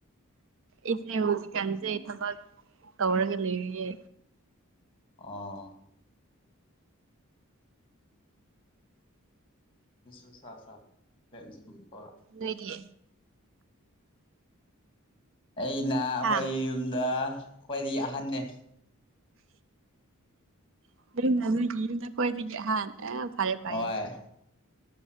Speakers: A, on the right; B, on the left.
A: ꯑꯩꯁꯦ ꯍꯧꯖꯤꯛꯀꯥꯟꯖꯦ ꯊꯕꯛ ꯇꯧꯔꯒ ꯂꯩꯔꯤꯌꯦ
B: ꯑꯣ <unintelligible>
A: ꯅꯣꯏꯗꯤ
B: ꯑꯩꯅ ꯑꯈꯣꯏ
A: ꯍꯥ
B: ꯌꯨꯝꯗ ꯈ꯭ꯋꯥꯏꯗꯒꯤ ꯑꯍꯟꯅꯦ
A: <inaudible> ꯅꯪꯅ ꯅꯣꯏꯒꯤ ꯌꯨꯝꯗ ꯈ꯭ꯋꯥꯏꯗꯒꯤ ꯑꯍꯥꯥꯟ ꯑ ꯐꯌꯦ ꯐꯌꯦ
B: ꯍꯣꯏ